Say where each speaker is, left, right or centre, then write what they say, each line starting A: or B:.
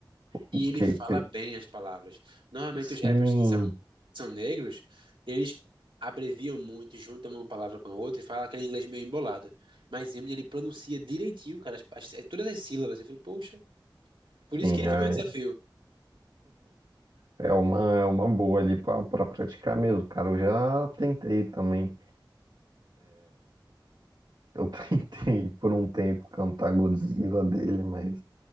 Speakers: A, on the right; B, on the right.
A: Porque,
B: e ele fala
A: que-
B: bem as palavras. Normalmente
A: sim,
B: os rappers que são, são negros, eles abreviam muito, juntam uma palavra com a outra e falam aquele inglês meio embolado. Mas Eminem, ele pronuncia direitinho, cara, as- as- é, todas as sílabas. Eu falei, poxa, por
A: sim,
B: isso que ele
A: é,
B: foi meu desafio.
A: é uma, é uma boa ali pra, pra praticar mesmo, cara. Eu já tentei também. Eu <laughs> tentei por um tempo cantar Godzilla dele, mas